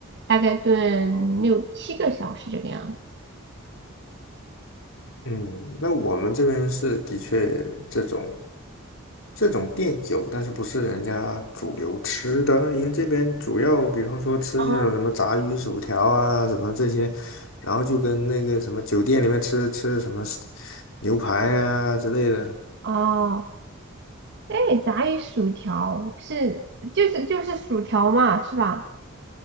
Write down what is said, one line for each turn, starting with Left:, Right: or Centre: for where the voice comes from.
Right: 大概炖六七个小时这个样子。
Left: 嗯，那我们这边是的确这种这种店有，但是不是人家主流吃的，因为这边主要比方说吃那种什么炸鱼薯条啊，
Right: 哦，
Left: 什么这些，然后就跟那个什么酒店里面吃吃什么牛排啊之类的，
Right: 哦，哎，炸鱼薯条是就是就是薯条嘛，是吧？